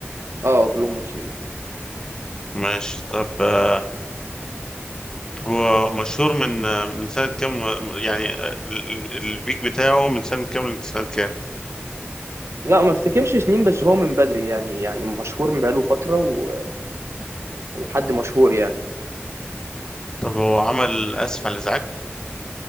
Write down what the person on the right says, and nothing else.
اه كلهم مصريين
لا ما افتكرش سنين بس هو من بدري يعني يعني مشهور من بقاله فتره و... وحد مشهور يعني